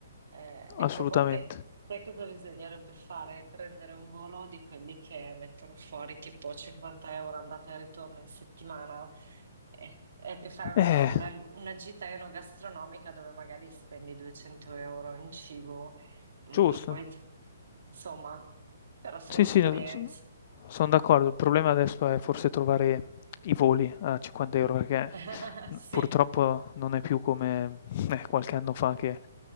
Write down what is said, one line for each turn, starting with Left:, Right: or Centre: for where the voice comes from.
Right: eh, ecco,
Left: Assolutamente.
Right: a volte sai cosa bisognerebbe fare? Prendere un volo di quelli che mettono fuori tipo 50 euro andata e ritorno in settimana e, e ti fai una,
Left: Eh,
Right: una- una gita enogastronomica dove magari spendi 200 euro in cibo e
Left: giusto.
Right: e poi, insomma, però sono
Left: Sì,
Right: esperienze.
Left: sì, no, son son d'accordo. Il problema adesso è forse trovare i voli a 50 € perché,
Right: <laughs>
Left: mhmm,
Right: Sì,
Left: purtroppo non è più come, eh, qualche anno fa che